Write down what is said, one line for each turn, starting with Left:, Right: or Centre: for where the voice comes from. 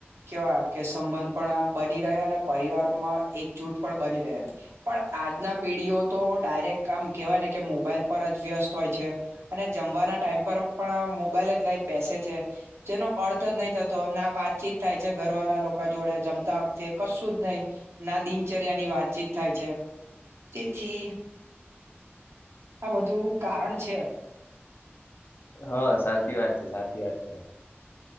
Right: કેવા કે સંબંધ પણ આ બની રહે અને પરિવારમાં એકજૂટ પણ બની રહે પણ આજના પીઢીઓ તો ડાયરેક્ટ કામ કેહેવાય ને કે મોબાઈલ પર જ વ્યસ્ત હોય છે અને જમવાના ટાઈમ પણ મોબાઈલ જ લઈને બેસે જ જેનો અર્થ જ નહી થતો ના વાતચીત થાય છે ઘરવાળા લોકો જોડે જમતા વતે કશું જ નહી ના દિનચર્યા ની વાતચીત થાય છે તેથી આ બધું કારણ છે
Left: હા સાચી વાત છે સાચી વાત છે